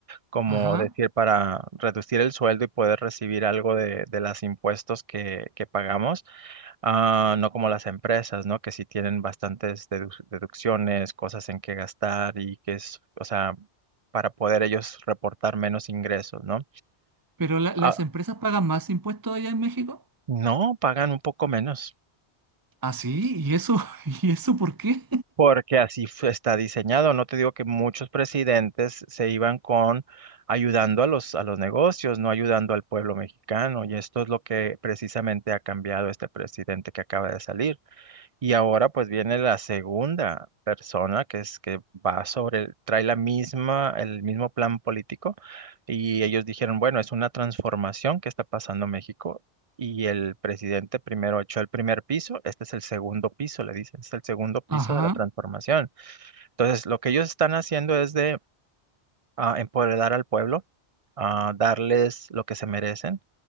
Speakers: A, on the right (about 40°); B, on the right (about 20°).
A: Como
B: Ajá.
A: decir, para reducir el sueldo y poder recibir algo de, de los impuestos que, que pagamos, Ah, no como las empresas, ¿no? Que sí tienen bastantes dedu- deducciones, cosas en que gastar y que es, o sea, para poder ellos reportar menos ingresos, ¿no?
B: ¿Pero la-
A: Ah,
B: las empresas pagan más impuestos allá en México?
A: no, pagan un poco menos.
B: Ah, sí, ¿y eso? <laughs> ¿Y eso por qué?
A: Porque así fu- está diseñado. No te digo que muchos presidentes se iban con ayudando a los, a los negocios, no ayudando al pueblo mexicano. Y esto es lo que precisamente ha cambiado este presidente que acaba de salir. Y ahora pues viene la segunda persona que es que va sobre, el- trae la misma, el mismo plan político y ellos dijeron, bueno, es una transformación que está pasando en México y el presidente primero echó el primer piso, este es el segundo piso, le dicen, es el segundo piso
B: Ajá,
A: de la transformación. Entonces, lo que ellos están haciendo es de ah, empoderar al pueblo, ah, darles lo que se merecen